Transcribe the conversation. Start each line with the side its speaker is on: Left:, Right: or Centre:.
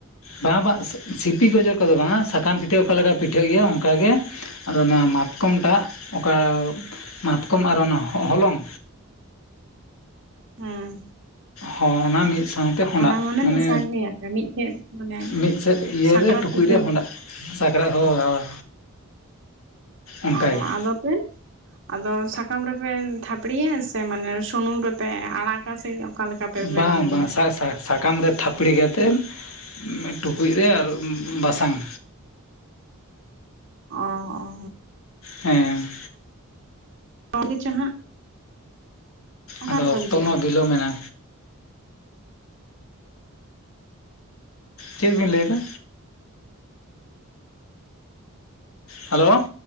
Left: ᱵᱟᱝ ᱵᱟ ᱥᱤᱯᱤ ᱜᱮᱡᱮᱨ ᱠᱚᱫᱚ ᱵᱟᱝᱟ, ᱥᱟᱠᱟᱢ ᱯᱤᱴᱷᱟᱹ ᱚᱠᱟ ᱞᱮᱠᱟ ᱯᱤᱴᱷᱟᱹᱜ ᱜᱮᱭᱟ ᱚᱱᱹᱝᱠᱟ ᱜᱮ᱾ ᱟᱫᱚ ᱚᱱᱟ ᱢᱟᱛᱠᱚᱢᱴᱟᱜ ᱚᱠᱟ ᱢᱟᱛᱠᱚᱢ ᱟᱨ ᱚᱱᱟ ᱦᱚ ᱦᱚᱞᱚᱝ
Right: ᱦᱮᱸ,
Left: ᱦᱚᱸ ᱚᱱᱟ ᱢᱤᱜ ᱥᱟᱶ ᱛᱮ ᱦᱚᱸᱰᱟᱜ
Right: ᱚᱱᱟ
Left: ᱢᱟᱱᱮ
Right: ᱢᱮᱥᱟ ᱜᱮᱭᱟ ᱯᱮ ᱢᱤᱫᱴᱷᱮᱡ ᱢᱟᱱᱮ
Left: ᱢᱤᱫ ᱥᱮᱫ ᱤᱭᱟᱹᱨᱮ
Right: ᱥᱟᱠᱨᱟᱛ
Left: ᱴᱩᱠᱩᱡ
Right: ᱯᱤᱴᱷᱟᱹ
Left: ᱨᱮ ᱦᱚᱸᱰᱟᱜ᱾ ᱥᱟᱠᱨᱟᱛ ᱦᱚᱸ ᱦᱳᱭ᱾ ᱚᱱᱠᱟ
Right: ᱚᱸ
Left: ᱜᱮ
Right: ᱟᱫᱚᱯᱮᱱ ᱟᱫᱚ ᱥᱟᱠᱟᱢ ᱨᱮᱯᱮ ᱛᱷᱟᱯᱲᱤᱩᱟ ᱥᱮ ᱢᱟᱱᱮ ᱥᱩᱱᱩᱢ ᱨᱮᱯᱮ ᱟᱲᱟᱜ ᱜᱟ ᱥᱮ ᱚᱠᱟ ᱞᱮᱠᱟ ᱯᱮ ᱵᱮᱱᱟᱣ
Left: ᱵᱟᱝ
Right: ᱜᱮᱭᱟ?
Left: ᱵᱟᱝ ᱥᱟ ᱥᱟᱠᱟᱢ ᱨᱮ ᱛᱷᱟᱯᱲᱮᱹᱤ ᱠᱟᱛᱮᱱ ᱚᱱᱮ ᱴᱩᱠᱩᱡ ᱨᱮ ᱟᱨᱚ ᱵᱟᱥᱟᱝ᱾
Right: ᱚᱸ ᱚᱸ᱾
Left: ᱦᱮᱸ,
Right: ᱟᱜᱮ ᱪᱚ ᱦᱟᱸᱜ ᱚᱠᱟ
Left: ᱟᱫᱚ
Right: ᱞᱮᱠᱟ
Left: ᱚᱠᱛᱚ
Right: ᱵᱩᱡᱷᱟᱹᱜᱼᱟ?
Left: ᱢᱟ ᱵᱤᱞᱚᱢᱮᱱᱟ ᱪᱮᱜ ᱵᱤᱱ ᱞᱟᱹᱭ ᱫᱟ? ᱦᱟᱞᱳ